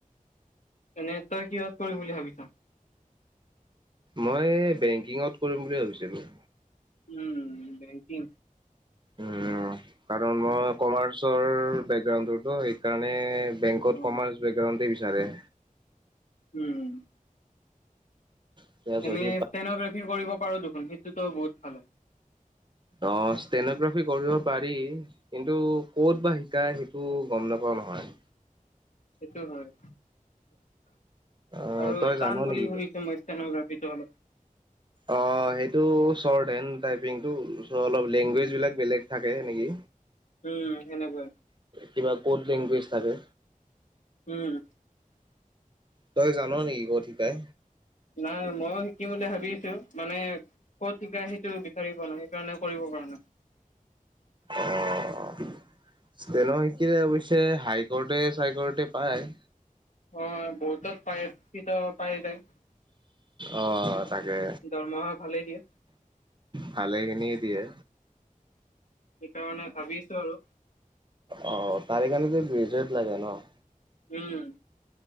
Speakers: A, on the left; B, on the right.
A: এনে তই কিহত কৰিম বুলি ভাবিছ
B: মই বেংকিঙত কৰিম বুলি ভাৱিছিলো
A: উম বেংকিং
B: উম কাৰণ মই কমাৰ্চৰ বেকগ্ৰাউণ্ডটোতো সেইকাৰণে বেংকত
A: অ
B: কমাৰ্চ বেকগ্ৰাউণ্ডেই বিচাৰে
A: উম
B: এতিয়া
A: এনে
B: যদি
A: ষ্টেনগ্ৰাফি কৰিব পাৰ দেখোন সেইটোতো বহুত ভাল হয়
B: অ ষ্টেনগ্ৰাফি কৰিব পাৰি কিন্তু ক'ত বা শিকায় সেইটো গম নাপাও নহয়
A: সেইটো হয়
B: অ
A: আৰু
B: তই
A: টান
B: জান নেকি?
A: বুলি শুনিছো মই ষ্টেনোগ্ৰাফিটো অলপ
B: অ সেইটো চৰ্ট হেণ্ড টাইপিংটো অলপ লেংগুৱেজ
A: উম
B: বিলাক বেলেগ থাকে নেকি
A: উম সেনেকোৱাই
B: কিবা ক'ড লেংগুৱেজ থাকে
A: উম
B: তই জান নেকি কত শিকাই
A: নাই ময়ো শিকিম বুলি ভাৱিছো, মানে কত শিকাই সিটো বিচাৰি পোৱা নাই। সেইকাৰণে কৰিব পৰা নাই।
B: অ'। স্তেনৰ শিকিলে অৱশ্যে হাইকোৰ্টে-চাইকোৰ্টে পায়।
A: অঁ বহুত পাই, কেতিয়াবা পাই যায়।
B: অঁ তাকে।
A: দৰমহা ভালেই দিয়ে।
B: ভালেখিনি দিয়ে।
A: সেইকাৰণে ভাবি আছোঁ আৰু।
B: অঁ, তাৰেইকাৰণে গ্ৰেজুৱেট লাগে ন।
A: উম।